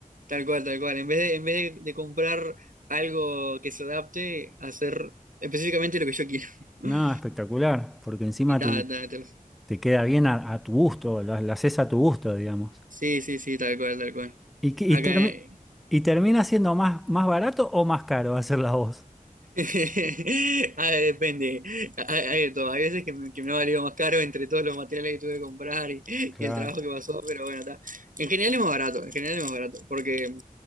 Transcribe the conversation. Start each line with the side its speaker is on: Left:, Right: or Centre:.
Right: tal cual, tal cual. En vez de, en vez de, de comprar algo que se adapte, hacer específicamente lo que yo quiero. <laughs>
Centre: No, espectacular, porque encima
Right: Y tal,
Centre: te,
Right: tal, tal.
Centre: te queda bien a, a tu gusto, la, la haces a tu gusto, digamos.
Right: Sí, sí, sí, tal cual, tal cual.
Centre: ¿Y, qué-
Right: Acá.
Centre: y, termi-
Right: eh,
Centre: y termina siendo más, más barato o más caro hacerla vos?
Right: <laughs> Ah, depende. Hay, hay de todo. Hay veces que me, que me ha valido más caro entre todos los materiales que tuve que comprar y, y
Centre: Claro.
Right: el trabajo que pasó, pero bueno, está. En general es más barato, en general es más barato, porque